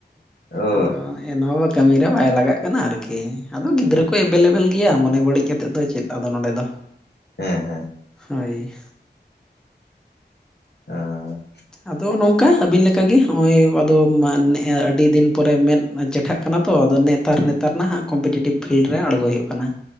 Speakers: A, on the left; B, in the centre.
A: ᱚ
B: ᱟᱫᱚ ᱮᱱᱦᱚᱸ ᱵᱟ ᱠᱟᱹᱢᱤᱨᱮ ᱵᱟᱭ ᱞᱟᱜᱟᱜ ᱠᱟᱱᱟ ᱟᱨᱠᱤ, ᱟᱫᱚ ᱜᱤᱫᱽᱨᱟᱹ ᱠᱚ ᱮᱵᱮᱞᱮᱵᱮᱞ ᱜᱮᱭᱟ ᱢᱚᱱᱮ ᱵᱟᱹᱲᱤᱡ ᱠᱟᱛᱮᱜ ᱫᱚ ᱪᱮᱫ ᱟᱫᱚ ᱱᱚᱸᱰᱮ ᱫᱚ ᱾
A: ᱦᱮᱸ ᱦᱮᱸ
B: ᱦᱳᱭ
A: ᱦᱚᱸ
B: ᱟᱫᱚ ᱱᱚᱝᱠᱟ ᱟᱹᱵᱤᱱ ᱞᱮᱠᱟᱜᱮ ᱱᱚᱜᱼᱚᱭ ᱟᱫᱚ ᱟᱹᱰᱤ ᱫᱤᱱ ᱯᱚᱨᱮ ᱢᱮᱸᱫ ᱪᱮᱴᱷᱟᱜ ᱠᱟᱱᱟ ᱛᱚ ᱟᱫᱚ ᱱᱮᱛ ᱱᱮᱛᱟᱨ ᱱᱮᱛᱟᱨ ᱱᱟᱦᱟᱜ ᱠᱚᱢᱯᱤᱴᱤᱴᱤᱵᱽ ᱯᱷᱤᱞᱰ ᱨᱮ ᱟᱬᱜᱚᱭ ᱦᱩᱭᱩᱜ ᱠᱟᱱᱟ ᱾